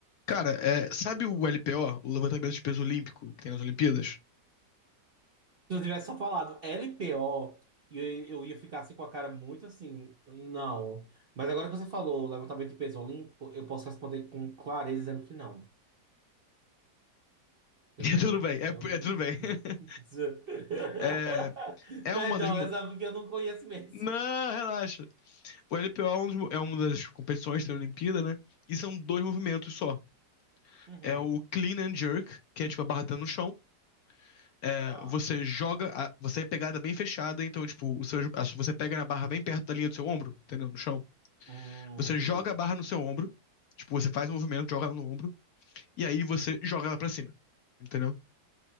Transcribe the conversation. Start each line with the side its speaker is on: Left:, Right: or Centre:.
Left: Cara, é, sabe o LPO, o o levantamento de peso olímpico, que tem nas Olimpíadas? <laughs>
Right: Se eu tivesse só falado LPO, eu, eu ia ficar assim com a cara muito assim, não. Mas agora que você falou levantamento de peso olímpico, eu posso responder com clareza dizendo que não. Você Entendeu?
Left: É tudo bem, é,
Right: Eu
Left: é
Right: não-
Left: tudo bem. <laughs>
Right: <laughs>
Left: É, é
Right: Perdão,
Left: uma das. mo-
Right: essa é porque eu não conheço mesmo.
Left: Não, relaxa. O LPO é um dos mo- é uma das competições que tem na Olimpíada, né? E são dois movimentos só.
Right: Uhum,
Left: É o clean and jerk, que é tipo a barra tá no chão. É,
Right: tá.
Left: você joga, a- você é pegada bem fechada, então, tipo, o seu, a- você pega na barra bem perto da linha do seu ombro, entendeu? No chão.
Right: Hum,
Left: Você
Right: entendi.
Left: joga a barra no seu ombro, tipo, você faz um movimento, joga ela no ombro, e aí você joga ela pra cima, entendeu?